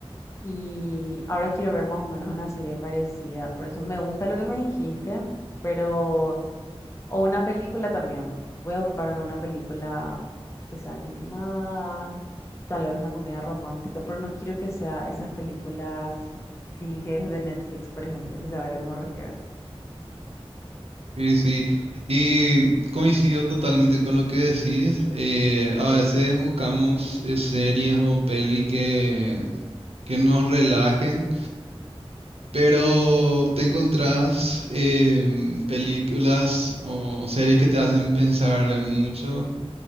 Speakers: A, on the left; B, on the right.
A: Y ahora quiero ver más o menos una serie parecida. Por eso me gusta lo que me dijiste, pero... O una película también. Voy a buscar una película que sea animada tal vez una comedia romántica, pero no quiero que sea esas películas cringes de Netflix, por ejemplo, si sabe a lo que me refiero.
B: Sí, sí. Y coincido totalmente con lo que decís. Eh, a veces buscamos eh, series o pelis que, que nos relajen Pero te encontrás em, películas o series que te hacen pensar mucho.